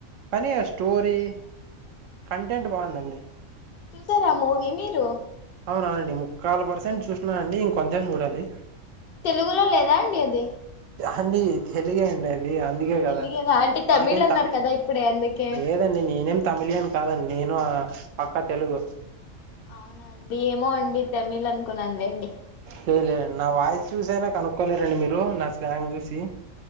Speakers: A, on the right; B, on the left.
A: కానీ ఆ స్టోరి కంటెంట్ బాగుందండి
B: చూసార మూవి మీరు టు
A: అవునవునండి ముక్కాల్ పర్సెంట్ చూసినాను అండి ఇంకొంచెం చూడాలి
B: తెలుగులో లేదా అండి అది
A: అండీ తెలుగే అండి అది అది అందుకే కదా
B: తెలుగేనా అంటే తమిళ్
A: నాకేం
B: అన్నారు
A: త
B: కదా ఇప్పుడే అందుకే
A: లేదండి నేనేం తమిలియన్ కాదండి నేను పక్కా తెలుగు
B: అవునా అండి ఏమో అండి తమిళ్ అనుకున్నానులేండి
A: లే లే నా వాయిస్ చూసైనా కనుక్కోలేరండి మీరు నా స్లాంగ్ చూసి